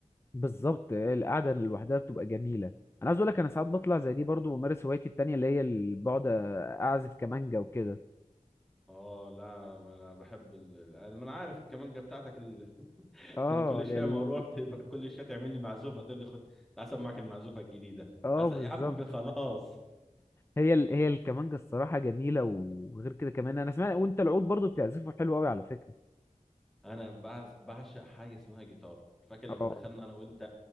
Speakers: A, on the left (about 20°); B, in the centre.
A: بالظبط القعده لوحدها بتبقى جميله انا عايز اقول لك انا ساعات بطلع زي دي برضو بمارس هوايتي التانية اللي هي ال- بقعد اعزف كمانجا وكده
B: اه لا ما انا بحب ال... ال- انا ما أنا عارف الكمانجه بتاعتك اللي
A: اه
B: كل
A: ال...
B: شويه ما اروح تبقى كل شويه تعمل لي معزوفه تقول لي خد العسل معاك المعزوفه الجديده
A: اه
B: عسل
A: بالظبط
B: يا عم خلاص
A: هي ال... هي الكمانجة الصراحة جميلة وغير كده كمان انا سمعت وانت العود برضو بتعزفه حلو قوي على فكرة
B: انا بعز- بعشق حاجه اسمها جيتار فاكر لما
A: اه
B: دخلنا انا وانت